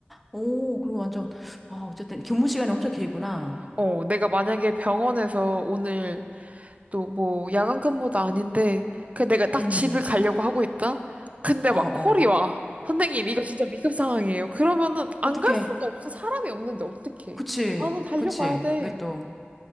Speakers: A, in the centre; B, on the right.
A: 오, 그리고 완전, 아, 어쨌든 근무 시간이 엄청 길구나.
B: 어, 내가 만약에 병원에서 오늘 또 뭐 야간 근무도 아닌데 그 내가 딱
A: 음,
B: 집을 가려고 하고 있다. 근데
A: 어,
B: 막
A: 어.
B: 콜이 와. 선생님 이거 진짜 위급 상황이에요. 그러면은 안
A: 어떻게.
B: 갈 수가 없어. 사람이 없는데 어떡해.
A: 그치,
B: 나는 달려가야
A: 그치.
B: 돼.
A: 그게 또,